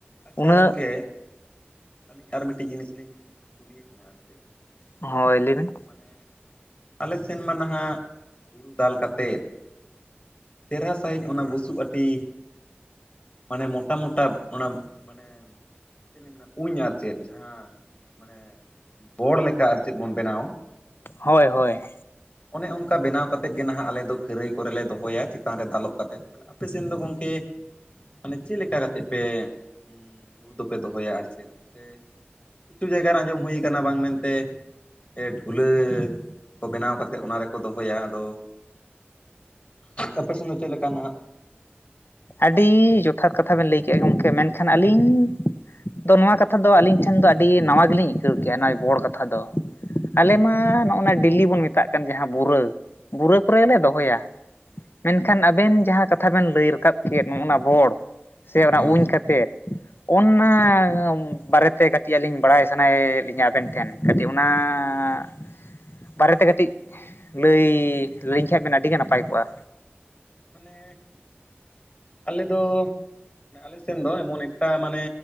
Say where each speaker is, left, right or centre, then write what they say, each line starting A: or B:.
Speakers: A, on the left (about 30°); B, on the left (about 65°).
A: ᱟᱪᱪᱷᱟ
B: ᱩᱱᱟᱹᱜ
A: ᱜᱚᱢᱠᱮ ᱟᱹᱞᱤᱧ ᱟᱨ ᱢᱤᱫᱴᱤᱡ ᱡᱤᱱᱤᱥ ᱞᱤᱧ ᱠᱩᱞᱤᱭᱮᱫ ᱵᱮᱤᱱᱟ ᱟᱨ ᱪᱮᱫ
B: ᱦᱳᱭ ᱞᱟᱹᱭᱵᱤᱱ
A: ᱢᱟᱱᱮ ᱟᱞᱮ ᱥᱮᱱ ᱢᱟ ᱱᱟᱦᱟᱜ ᱦᱩᱲᱩ ᱫᱟᱞ ᱠᱟᱛᱮᱫ ᱪᱮᱨᱦᱟ ᱥᱟᱺᱦᱤᱡ ᱚᱱᱟ ᱵᱩᱥᱩᱵ ᱟᱹᱴᱤ ᱢᱟᱱᱮ ᱢᱚᱴᱟ - ᱢᱚᱴᱟ ᱚᱱᱟ ᱢᱟᱱᱮ ᱪᱮᱫ ᱞᱧ ᱢᱮᱱᱟ ᱩᱧ ᱟᱨ ᱪᱮᱫ ᱡᱟᱦᱟᱸ ᱢᱟᱱᱮ ᱵᱚᱲ ᱞᱮᱠᱟ ᱟᱨ ᱪᱮᱫ ᱵᱚᱱ ᱵᱮᱱᱟᱣᱟ
B: ᱦᱳᱭ ᱦᱳᱭ
A: ᱚᱱᱮ ᱚᱱᱠᱟ ᱵᱮᱱᱟᱣ ᱠᱟᱛᱮᱫ ᱜᱮ ᱱᱟᱦᱟᱜ ᱟᱞᱮ ᱫᱚ ᱠᱷᱟᱹᱨᱟᱹᱭ ᱠᱚᱨᱮ ᱞᱮ ᱫᱚᱦᱚᱭᱟ ᱪᱮᱛᱟᱱ ᱨᱮ ᱫᱟᱞᱚᱵ ᱠᱟ ᱠᱟᱛᱮᱫ᱾ ᱟᱯᱮ ᱥᱮᱱ ᱫᱚ ᱜᱚᱢᱠᱮ? ᱢᱟᱱᱮ ᱪᱮᱫ ᱞᱮᱠᱟ ᱠᱟᱛᱮ ᱯᱮ ᱩᱸᱻ ᱦᱩᱲᱩ ᱫᱚᱯᱮ ᱫᱚᱦᱚᱭᱟ ᱟᱨ ᱪᱮᱫ ᱥᱮ ᱠᱤᱪᱷᱩ ᱡᱟᱭᱜᱟ ᱨᱮ ᱟᱸᱡᱚᱢ ᱦᱩᱭ ᱠᱟᱱᱟ ᱵᱟᱝ ᱢᱮᱱᱛᱮ ᱮᱸ ᱰᱷᱩᱞᱟᱹ ᱠᱚ ᱵᱮᱱᱟᱣ ᱠᱟᱛᱮ ᱚᱱᱟ ᱨᱮᱠᱚ ᱫᱚᱦᱚ ᱫᱚᱦᱚᱭᱟ ᱟᱫᱚ ᱟᱯᱮ ᱥᱮᱱ ᱫᱚ ᱪᱮᱫ ᱞᱮᱠᱟ ᱱᱟᱜ
B: ᱟᱹᱰᱤ ᱡᱚᱛᱷᱟᱛ ᱠᱟᱛᱷᱟ ᱵᱮᱱ ᱞᱟᱹᱭ ᱠᱮᱫ-ᱟ, ᱜᱚᱢᱠᱮ ᱢᱮᱱᱠᱷᱟᱱ ᱟᱹᱞᱤᱧ ᱟᱫᱚ ᱱᱚᱣᱟ ᱠᱟᱛᱷᱟ ᱫᱚ ᱟᱹᱞᱤᱧ ᱴᱷᱮᱱ ᱫᱚ ᱟᱹᱰᱤ ᱱᱟᱣᱟ ᱜᱮᱞᱤᱧ ᱟᱹᱭᱠᱟᱹᱣ ᱠᱮᱫ-ᱟ ᱱᱚᱶᱟ ᱵᱚᱲ ᱠᱟᱛᱷᱟ ᱫᱚ ᱟᱞᱮ ᱢᱟ ᱱᱚᱜᱼᱚᱱᱟ ᱰᱮᱞᱤ ᱵᱚᱱ ᱢᱮᱛᱟᱜ ᱠᱟᱱ ᱡᱟᱦᱟᱸ ᱵᱩᱨᱟᱹ ᱵᱩᱨᱟᱹ ᱠᱚᱨᱮ ᱜᱮᱞᱮ ᱫᱚᱦᱚᱭᱟ ᱢᱮᱱᱠᱷᱟᱱ ᱟᱵᱮᱱ ᱡᱟᱦᱟᱸ ᱠᱟᱛᱷᱟ ᱵᱮᱱ ᱞᱟᱹᱭ ᱨᱟᱠᱟᱵ ᱠᱮᱫ ᱱᱚᱜᱼ ᱚᱱᱟ ᱵᱚᱲ ᱥᱮ ᱚᱱᱟ
A: ᱦᱮᱸ
B: ᱩᱧ ᱠᱟᱛᱮᱫ ᱚᱱᱟ ᱟᱸᱻ ᱵᱟᱨᱮᱛᱮ ᱠᱟᱹᱴᱤᱡ ᱟᱹᱞᱤᱧ ᱵᱟᱲᱟᱭ ᱥᱟᱱᱟᱭᱮᱫ ᱞᱤᱧᱟᱹ ᱟᱵᱮᱱ ᱴᱷᱮᱱ ᱠᱟᱹᱴᱤᱡ ᱚᱱᱟ ᱟᱸᱻᱟᱸᱻᱟᱸᱻ ᱵᱟᱨᱮᱛᱮ ᱠᱟᱹᱴᱤᱡ ᱞᱟᱹᱭᱻᱻ ᱞᱟᱹᱭ ᱠᱷᱟᱱᱡ ᱵᱮᱱ ᱟᱹᱰᱤᱜᱮ ᱱᱟᱯᱟᱭ ᱠᱚᱜᱼᱟ?
A: ᱢᱟᱱᱮ ᱟᱞᱮ ᱫᱚ ᱟᱞᱮ ᱥᱮᱱ ᱫᱚ ᱮᱢᱚᱱ ᱮᱠᱴᱟ ᱢᱟᱱᱮ